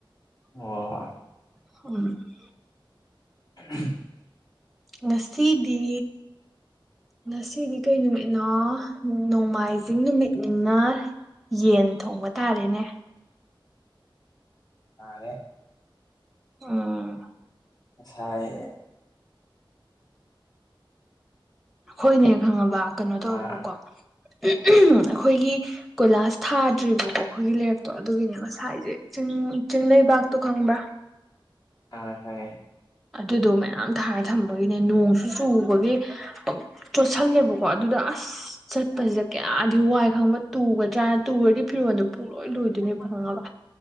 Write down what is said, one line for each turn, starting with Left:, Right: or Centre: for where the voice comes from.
Left: ꯑꯣ
Centre: <unintelligible>
Left: ꯎꯝ
Centre: ꯉꯁꯤꯗꯤ ꯉꯁꯤꯗꯤ ꯀꯩ ꯅꯨꯃꯤꯠꯅꯣ ꯅꯣꯡꯃꯥꯏꯖꯤꯡ ꯅꯨꯃꯤꯠꯅꯤꯅ ꯌꯦꯟ ꯊꯣꯡꯕ ꯇꯥꯔꯦꯅꯦ
Left: ꯑꯦ
Centre: ꯑꯥ
Left: ꯉꯁꯥꯏ
Centre: ꯑꯩꯈꯣꯏꯅꯦ ꯈꯪꯉꯕ ꯀꯩꯅꯣ ꯇꯧꯋꯦꯕꯀꯣ
Left: ꯑꯥ
Centre: ꯑꯩꯈꯣꯏꯒꯤ ꯀꯣꯏꯂꯥꯁ ꯊꯥꯗ꯭ꯔꯤꯕꯀꯣ ꯑꯩꯈꯣꯏꯒꯤ ꯂꯩꯔꯛꯇꯣ ꯑꯗꯨꯒꯤꯅꯦ ꯉꯁꯥꯏꯁꯦ ꯆꯤꯡ ꯆꯤꯡꯡꯂꯩꯕꯥꯛꯇꯣ ꯈꯪꯕ꯭ꯔꯥ
Left: ꯑꯥ ꯍꯦ
Centre: ꯑꯗꯨꯗꯣ ꯃꯌꯥꯝ ꯊꯥꯏꯔ ꯊꯝꯕꯒꯤꯅꯦ ꯅꯣꯡꯁꯨ ꯆꯨꯕꯒꯤ ꯄ ꯆꯣꯠꯁꯜꯂꯦꯕꯀꯣ ꯑꯗꯨꯗ ꯑꯁ ꯆ ꯆꯠꯄꯁꯤꯗ ꯀꯌꯥꯗꯤ ꯋꯥꯏ ꯈꯪꯕ꯭ꯔꯥ ꯇꯨꯒꯗ꯭ꯔꯥꯅ ꯇꯨꯔꯗꯤ ꯐꯤꯔꯣꯟꯜꯗꯣ ꯄꯨꯨꯡꯂꯣꯏ ꯂꯣꯏꯗꯣꯏꯅꯦꯕ ꯈꯪꯉꯕ